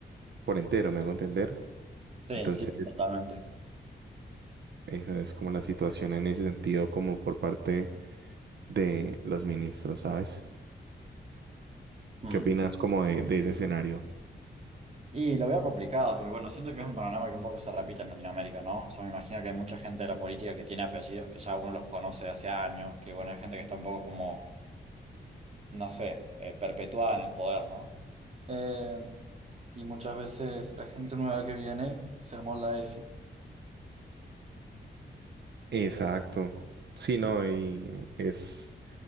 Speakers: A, on the right; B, on the right.
A: por entero, me hago entender.
B: Sí,
A: Entonces,
B: sí, sí, totalmente.
A: esa es como la situación en ese sentido, como por parte de los ministros, ¿sabes?
B: Mm.
A: ¿Qué opinas como de, de ese escenario?
B: Y lo veo complicado, pero bueno, siento que es un panorama que un poco se repite en Latinoamérica, ¿no? O sea, me imagino que hay mucha gente de la política que tiene apellidos que ya uno los conoce de hace años, que bueno, hay gente que está un poco como, no sé, eh, perpetuada en el poder, ¿no? Eh, y muchas veces la gente nueva que viene se amolda a eso.
A: Exacto. Sí, no, y es